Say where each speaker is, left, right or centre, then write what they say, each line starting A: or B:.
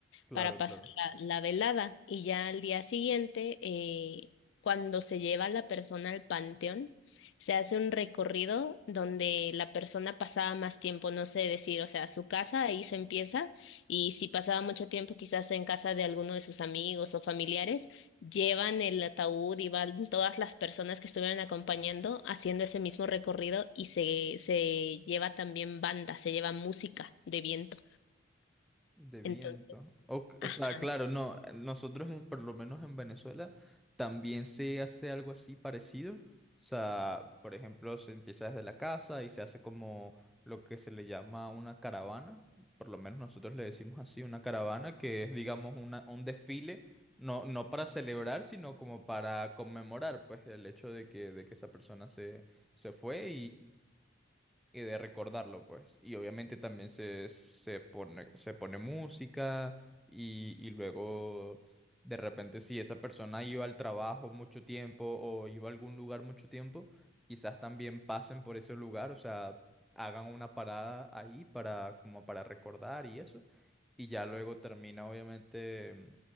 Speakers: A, in the centre; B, on the left (about 70°).
A: Claro,
B: para pasar
A: claro.
B: la, la velada y ya al día siguiente, eh, cuando se lleva a la persona al panteón, se hace un recorrido donde la persona pasaba más tiempo, no sé decir, o sea, su casa ahí se empieza y si pasaba mucho tiempo quizás en casa de alguno de sus amigos o familiares, llevan el ataúd y van todas las personas que estuvieron acompañando haciendo ese mismo recorrido y se, se lleva también banda, se lleva música de viento.
A: De viento.
B: Entonces,
A: O,
B: ajá.
A: o sea, claro, no, nosotros eh, por lo menos en Venezuela también se hace algo así parecido. O sea, por ejemplo, se empieza desde la casa y se hace como lo que se le llama una caravana. Por lo menos nosotros le decimos así, una caravana, que es, digamos, una, un desfile, no, no para celebrar, sino como para conmemorar, pues, el hecho de que, de que esa persona se, se fue y de recordarlo, pues. Y obviamente también se, se pone, se pone música y, y luego de repente si esa persona iba al trabajo mucho tiempo o iba a algún lugar mucho tiempo, quizás también pasen por ese lugar, o sea, hagan una parada ahí para como para recordar y eso. Y ya luego termina obviamente mm,